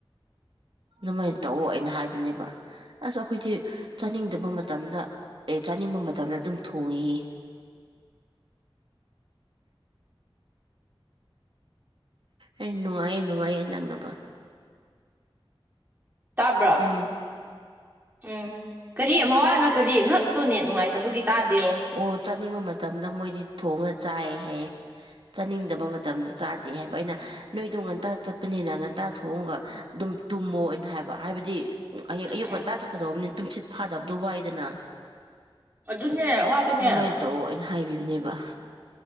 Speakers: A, on the right (about 65°); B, on the right (about 20°).
A: ꯑꯗꯨꯃꯥꯏꯅ ꯇꯧꯑꯣ ꯑꯩꯅ ꯍꯥꯏꯕꯅꯦꯕ ꯑꯁ ꯑꯩꯈꯣꯏꯗꯤ ꯆꯥꯅꯤꯡꯗꯕ ꯃꯇꯝꯗ ꯆꯥꯅꯤꯡꯕ ꯃꯇꯝꯗ ꯑꯗꯨꯝ ꯊꯣꯡꯉꯦꯌꯦ ꯑꯩꯅ ꯅꯨꯡꯉꯥꯏꯌꯦ ꯅꯨꯡꯉꯥꯏꯌꯦ ꯂꯛꯅꯕ
B: ꯇꯥꯕ꯭ꯔꯣ
A: ꯎꯝ
B: ꯎꯝ ꯀꯔꯤ ꯃꯋꯥꯅ ꯀꯔꯤ ꯉꯍꯥꯛꯇꯣ ꯅꯦꯠ ꯅꯨꯡꯉꯥꯏꯇꯕꯒꯤ ꯇꯥꯗꯦꯣ
A: ꯑꯣ ꯆꯥꯅꯤꯡꯕ ꯃꯇꯝꯗ ꯃꯣꯏꯗꯤ ꯊꯣꯡꯉ ꯆꯥꯏꯌꯦ ꯍꯥꯏꯌꯦ ꯆꯥꯅꯤꯡꯗꯕ ꯃꯇꯝꯗ ꯆꯥꯗꯦ ꯍꯥꯏꯕ ꯑꯩꯅ ꯅꯣꯏꯗꯣ ꯉꯟꯇꯥ ꯆꯠꯄꯅꯤꯅ ꯉꯟꯇꯥ ꯊꯣꯡꯒ ꯑꯗꯨꯝ ꯇꯨꯝꯃꯣꯅ ꯍꯥꯏꯕ ꯍꯥꯏꯕꯗꯤ ꯍꯌꯦꯡ ꯑꯌꯨꯛ
B: ꯎꯝ
A: ꯉꯟꯇꯥ ꯆꯠꯀꯗꯧꯕꯅꯤ ꯇꯨꯝꯁꯤꯠ ꯐꯥꯗꯕꯗꯣ ꯋꯥꯏꯗꯅ
B: ꯑꯗꯨꯅꯦ ꯋꯥꯕꯅꯦ
A: ꯑꯗꯨꯃꯥꯏꯅ ꯇꯧ ꯑꯩꯅ ꯍꯥꯏꯕꯤꯕꯅꯦꯕ